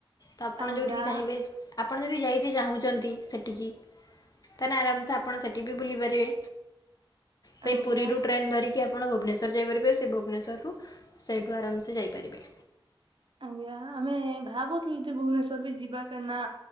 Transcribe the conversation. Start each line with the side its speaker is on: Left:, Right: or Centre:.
Left: ତ ଆପଣ
Right: ଆଜ୍ଞା
Left: ଯେଉଁଠିକି ଚାହିଁବେ। ଆପଣ ଯଦି ଯାଇକି ଚାହୁଁଛନ୍ତି ସେଠିକି, ତାଲେ ଆରାମସେ ଆପଣ ସେଠି ବି ବୁଲି ପାରିବେ ସେ
Right: ଆଜ୍ଞା
Left: ପୁରି ରୁ ଟ୍ରେନ ଧରୀକି ଆପଣ ଭୁବନେଶ୍ୱର ଯାଇପାରିବେ ସେ ଭୁବନେଶ୍ୱରରୁ ସେଇଠୁ ଆରାମସେ ଯାଇପାରିବେ।
Right: ଆଜ୍ଞା ଆମେ ଭାବୁଥିଲୁ ଯେ ଭୁବନେଶ୍ଵର ବି ଯିବା କା ନା।